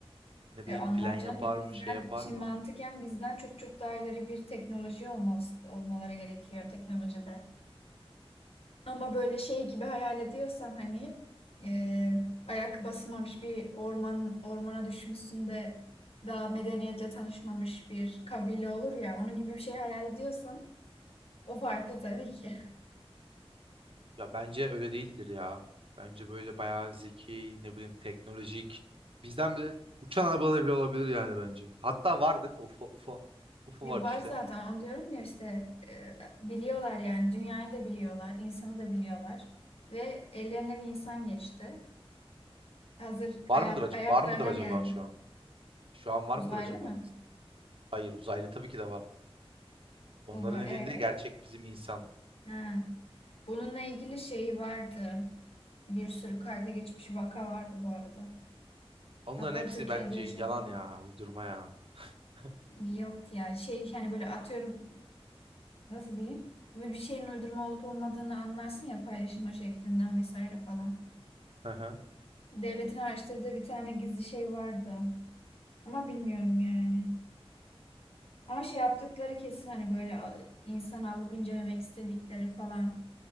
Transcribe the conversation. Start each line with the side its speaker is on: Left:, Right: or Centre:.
Right: Ne
Left: E
Right: bileyim
Left: anlar
Right: plan yapar
Left: canım ya
Right: mı
Left: bizden
Right: şey yapar
Left: şimdi
Right: mı?
Left: mantıken bizden çok çok daha ileri bir teknoloji olmaz, olmaları gerekiyor teknolojide. Ama böyle şey gibi hayal ediyorsan hani e, ayak basmamış bir orman ormana düşmüşsün de daha medeniyetle tanışmamış bir kabile olur ya onun gibi bir şey hayal ediyorsan o farklı tabii ki. <laughs>
Right: Ya bence öyle değildir ya. Bence böyle bayağı zeki, ne bileyim teknolojik. Bizden bile uçan arabalar bile olabilir yani bence. Hatta var değil mi? UFO, UFO. UFO
Left: Ne
Right: var
Left: var
Right: işte.
Left: zaten onu diyorum ya işte e, biliyorlar yani dünyayı da biliyorlar, insanı da biliyorlar ve ellerine bir insan geçti. Hazır ayak
Right: Var mıdır acaba?
Left: ayaklarına
Right: Var mıdır acaba
Left: geldi.
Right: şu an? Şu an var
Left: Uzaylı
Right: mıdır acaba?
Left: mı?
Right: elimizde? Hayır, uzaylı tabii ki de var. Onların
Left: O var
Right: elinde
Left: evet.
Right: gerçek bizim insan.
Left: Ha. Bununla ilgili şey vardı. Bir sürü kayda geçmiş vaka vardı bu arada.
Right: Onların
Left: Hatta
Right: hepsi
Left: Türkiye'de
Right: bence
Left: de
Right: yalan
Left: şey var.
Right: ya, uydurma ya. <laughs>
Left: Yok yani şey hani böyle atıyorum nasıl diyeyim? Bir, bir şeyin uydurma olup olmadığını anlarsın ya paylaşılma şeklinden vesaire falan.
Right: Hı hı.
Left: Devletin araştırdığı bir tane gizli şey vardı. Ama bilmiyorum yani. Ama şey yaptıkları kesin hani böyle a- insan alıp incelemek istedikleri falan